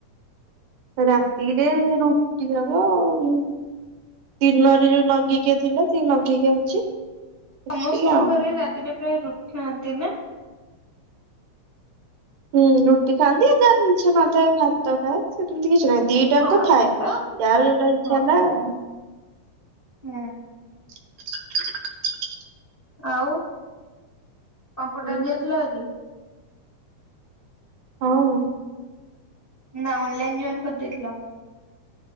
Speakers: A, on the right; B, on the left.
A: ରାତିରେ ରୁଟି ହବ ଆଉ। ଦିନରେ ଯୋଉ ନଗିକିଆ ଥିଲା ସେଇ ନଗିକିଆ ଅଛି।
B: ସମସ୍ତଙ୍କ
A: ଟିକେ ଆଉ।
B: ଘରେ ରାତିରେ ପ୍ରାୟ ରୁଟି ଖାଆନ୍ତି ନା?
A: ହୁଁ ରୁଟି ଖାଆନ୍ତି ଆ ଯାହାର ଇଚ୍ଛା ନଥାଏ ଭାତ ଖାଏ ସେମିତି କିଛି ନାହିଁ ଦିଇ ଟାଙ୍କ
B: ହଁ
A: ଥାଏ
B: ସେଟା
A: ଯାହାର ଯୋଉଟା ଇଚ୍ଛା
B: ହଁ
A: ହେଲା ଆଉ।
B: ହୁଁ।
A: <unintelligible>
B: ଆଉ କମ୍ପ୍ୟୁଟର
A: ହୁଁ
B: ଯାଇଥିଲ ଆଜି?
A: ହଁ।
B: ନା ଅନ୍ଲାଇନ ଜଏନ କରି ଦେଇଥିଲ?